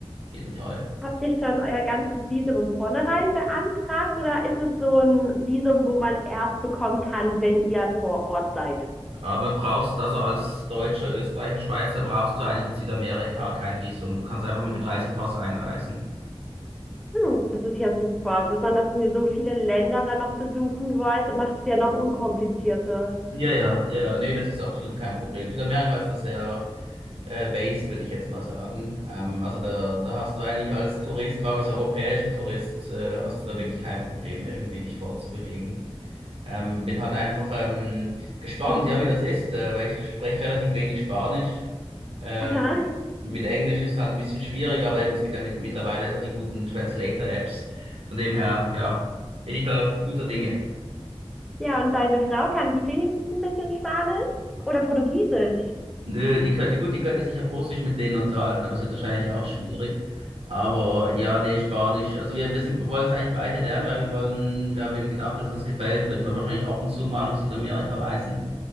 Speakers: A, on the right (about 70°); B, in the centre.
A: auf jeden Fall.
B: Habt ihr schon euer ganzes Visum von vornherein beantragt oder ist es so ein Visum, wo man erst bekommen kann, wenn ihr vor Ort seid?
A: Aber brauchst also als Deutscher, Österreicher, Schweizer brauchst du eigentlich in Südamerika kein Visum. Du kannst einfach mit dem Reisepass einreisen.
B: Hm, das ist ja super. Besonders wenn ihr so viele Länder dann noch besuchen wollt, macht es ja noch unkomplizierter.
A: Ja, ja, ja, ja, nee, das ist absolut kein Problem. Südamerika ist da sehr äh, based, würde ich jetzt mal sagen. Ähm, also da, da hast du eigentlich als Tourist, vor allem als europäischer Tourist, äh, hast du da wirklich kein Problem, irgendwie dich fortzubewegen. Ähm, bin halt einfach ähm, gespannt,
B: Mhm.
A: ja, wie das ist, äh, weil ich spreche relativ wenig Spanisch. Ähm,
B: Aha.
A: mit Englisch ist halt ein bisschen schwierig, aber eben, es gibt ja mit, mittlerweile so die guten Translator-Apps. Von dem her, ja, bin ich da guter Dinge.
B: Ja, und deine Frau kann die wenigstens ein bisschen Spanisch oder Portugiesisch?
A: Nö, die könnte, gut, die könnte sich auf Russisch mit denen unterhalten, aber es wird wahrscheinlich auch schwierig. Aber ja, nee, Spanisch. Also wir, wir sind, wollen es eigentlich beide lernen, weil wir wollen, wir haben eben gedacht, wenn es uns gefällt, werden wir wahrscheinlich ab und zu mal nach Südamerika reisen.